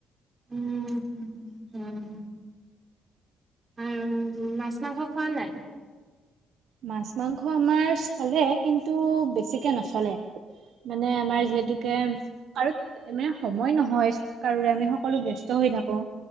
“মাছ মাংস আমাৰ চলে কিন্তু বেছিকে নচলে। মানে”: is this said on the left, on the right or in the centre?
Right